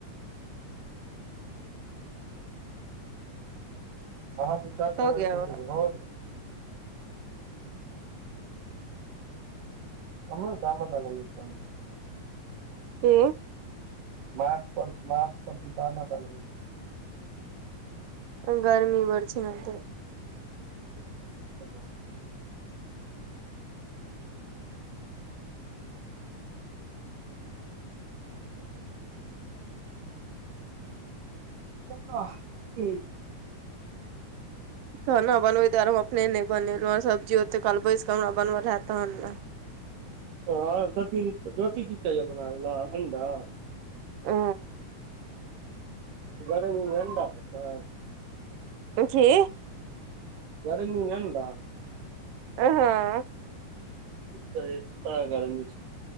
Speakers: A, on the right; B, on the right.
A: अहाँ <unintelligible> दू चारि
B: हो गया वा
A: ड्राइवर हमरा काम लऽ
B: के
A: म <unintelligible> पर म् पति जान त
B: गर्मी बड़ छैन
A: ठीक छैय ठीक छैय। ह हठी
B: खाना बनबै दुआरे हम अपने ने नहि बनेलो सब्जी ओते काल बैस कऽ हमरा बनबल है तऽ हन
A: हँ दथि दथी कि कहेया बनाबे लऽ अंडा
B: आ
A: गर्मो बड़ हड
B: तखी।
A: एर एनटा <unintelligible>
B: आहा
A: तऽ गर्मी छै